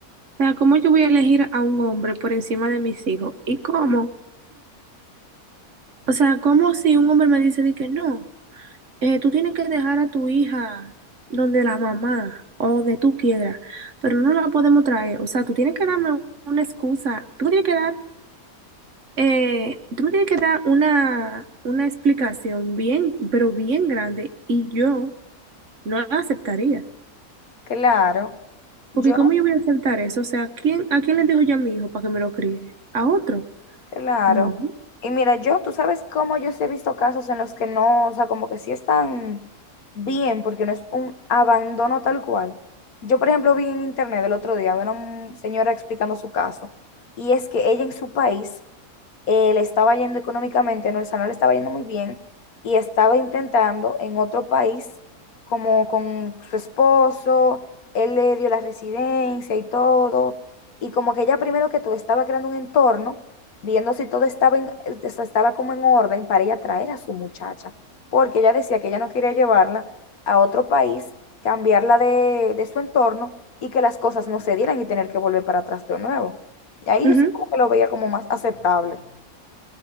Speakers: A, on the right (about 55°); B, on the left (about 75°).
A: O sea, ¿cómo yo voy a elegir a un hombre por encima de mis hijos? ¿Y cómo? O sea, ¿cómo si un hombre me dice de que no, eh, tú tienes que dejar a tu hija donde la mamá o donde tú quieras, pero no la podemos traer? O sea, tú tienes que darme una excusa, tú me tienes que dar, eh, tú me tienes que dar una, una explicación bien, pero bien grande y yo no la aceptaría.
B: Claro.
A: Porque
B: Yo
A: ¿cómo yo voy a aceptar eso? O sea, ¿quién, a quién le dejo yo a mi hijo para que me lo críe? ¿A otro?
B: Claro.
A: No.
B: Y mira, yo, tú sabes cómo yo sí he visto casos en los que no, o sea, como que sí están bien, porque no es un abandono tal cual. Yo, por ejemplo, vi en internet el otro día a una mu- señora explicando su caso, y es que ella en su país eh, le estaba yendo económicamente, no, o sea, no le estaba yendo muy bien y estaba intentando en otro país, como con su esposo, él le dio la residencia y todo, y como que ella primero que todo estaba creando un entorno, viendo si todo estaba, en- o sea, estaba como en orden para ella traer a su muchacha, porque ella decía que ella no quería llevarla a otro país, cambiarla de, de su entorno y que las cosas no se dieran y tener que volver para atrás de nuevo. Y ahí
A: Ujú.
B: yo sí como que lo veía como más aceptable.